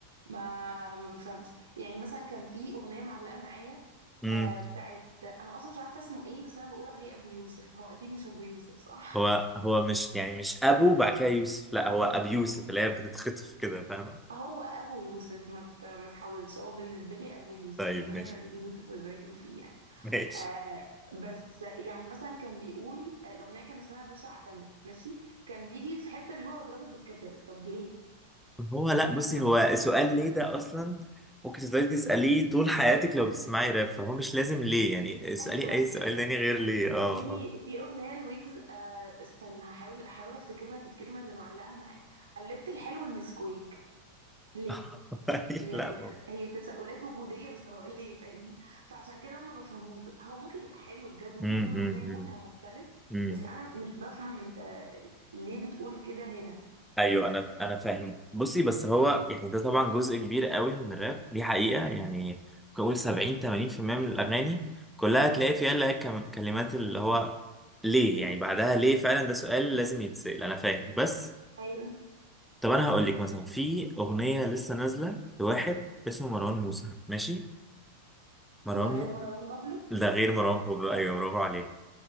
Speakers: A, on the right; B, in the centre.
A: ما ما بفهمش يعني مثلا كان في اغنيه معلقه معايا
B: امم
A: آه بتاعت انا اصلا مش عارفه اسمه ايه بس انا بقول عليه ابو يوسف هو اكيد مش ابو يوسف صح
B: هو هو مش يعني مش ابو بعد كده يوسف لا هو ابي يوسف
A: <laughs>
B: اللي هي بتتخطف كده فاهمه
A: هو ابو يوسف ما ت- ما تحاولش هو بالنسبه لي ابو يوسف
B: طيب
A: ربنا
B: ماشي
A: يخليه له يوسف ويبارك له فيه يعني
B: ماشي
A: آه بس يعني مثلا كان بيقول آه، الاغنيه كان اسمها باشا اعتمد ماشي كان بيجي في حته بيقول اضربه بالكتل طب ليه
B: هو لا بصي
A: ما
B: هو سؤال ليه ده اصلا ممكن تفضلي تساليه طول حياتك لو بتسمعي راب فهو مش لازم ليه يعني اسالي
A: ايوه
B: اي سؤال
A: ايوه
B: تاني غير ليه
A: في
B: اه
A: في اغنيه لويجز آه استنى هحاول هحاول افتكر لك الكلمه اللي معلقه معايا قلبت الحلو النسكويك ليه
B: آه. <laughs>
A: يعني
B: لا هو
A: هي تساؤلات وجوديه بس هو ليه فاهمني فعشان كده ما بفهموش بس هو ممكن يبقى حلو بجد ممكن
B: امم
A: يكون الاغنيه
B: امم
A: مودها مختلف
B: امم
A: بس انا مش بفهم انت ليه بتقول كده هنا
B: ايوه
A: بس
B: انا انا فاهم بصي بس هو يعني ده طبعا جزء كبير قوي من الراب دي حقيقه يعني ممكن اقول 70 80% من الاغاني كلها تلاقي فيها اللي هي كم- كلمات اللي هو ليه يعني بعدها ليه فعلا ده سؤال لازم يتسال انا فاهم بس
A: ايوه
B: طب انا هقول لك مثلا في اغنيه لسه نازله لواحد اسمه مروان موسى ماشي مروان
A: ده غير
B: مو...
A: مروان بابلو
B: ده غير مروان بابلو ايوه برافو عليك